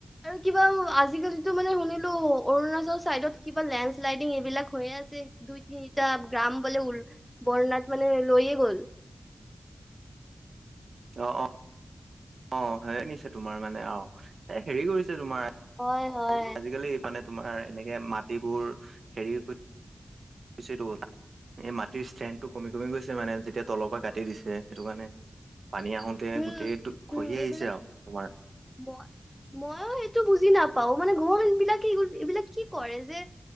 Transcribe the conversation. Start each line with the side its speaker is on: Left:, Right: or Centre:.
Centre: আৰু কিবা আজিকালিতো মানে শুনিলো অৰুণাচল চাইদ কিবা লেণ্ড শ্লাইডিং এইবিলাক হৈ আছে দুই, তিনিটা গ্ৰাম বোলে <unintelligible> লৈয়ে গ'ল।
Right: অ', -অ', - অ', ভাৱে নিছে তোমাৰ মানে আও এ হেৰি কৰিছে তোমাৰ
Centre: হয়,
Right: <inaudible>
Centre: হয়।
Right: আজিকালি এই মানে তোমাৰ এনেকে মাটিবোৰ হেৰি কোচিটো হ'ল। এই মাটিৰ ষ্ট্ৰেন্থটো কমি কমি গৈছে মানে যেতিয়া তলৰ পৰা কাটি দিছে সেইটো কাৰণে পানী আহোতে
Centre: উম,
Right: গোটেই
Centre: উম,
Right: খহি
Centre: এইবিলাক
Right: আহিছে আৰু তোমাৰ
Centre: মই ময়ো সেইটো বুজি নাপ- পাওঁ মানে গভৰমেন্ট বিলাকে এই এইবিলাক কি কৰে যে,